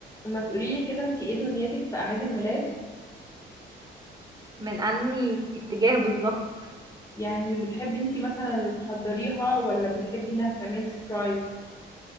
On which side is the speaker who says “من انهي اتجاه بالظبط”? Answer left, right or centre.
Right